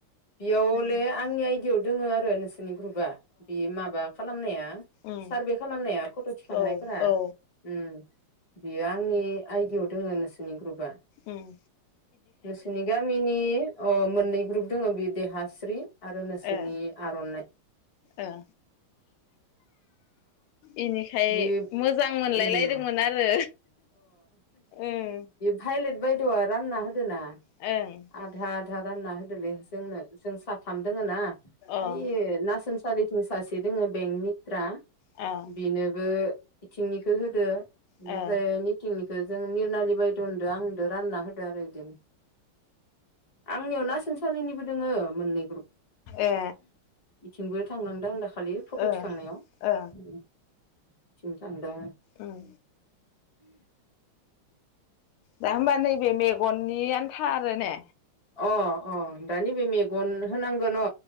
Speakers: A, on the left; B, on the left.
A: इयाव
B: अ
A: हले आंनि आइडियाव दोङो आरो नोंसोरनि ग्रुपआ। बे माबा खालामनाया
B: उम
A: सारभे खालामनाया फट' थिखांनायफोरा
B: औ औ
A: ओम बियो आंनि आइदियाव दोङो नोंसोरनि ग्रुपआ।
B: ओम।
A: नोंसिनि गामिनि अ मोननै ग्रुप दोङो बे देहास्रि आरो नोंसोरनि
B: ओ
A: आर'नाइ।
B: ओ इनिखाय
A: बे
B: मोजां मोनलायलायदोंमोन
A: उम
B: आरो ओम।
A: फाइलेट बायदेवआ रानना होदोना
B: ओं
A: आधा आधा रानना होदोलै जोंनो। जों साथाम दोङो ना
B: ओं
A: ओइ नासनसालिथिं सासे दोङो बेंकनि रा
B: अ अ
A: बिनोबो इथिंनिखो होदो इनिफ्राय
B: ओ
A: नै थिंनिखो जों मिरनालि बायदेवनोदो आंनोदो रानना होदो आरो इदिनो। आंनियाव नासनसालिनिबो दोङो मोननै ग्रुप।
B: ए
A: इथिंबो थांनांदों दाखालि फट'
B: ओ
A: थि खांनायाव
B: ओ
A: उम इथिंबो थांदों आङो।
B: उम दा होनबा नैबे मेगननि आन्था आरो ने?
A: अ अ दा नैबे मेगन होनांगोन अ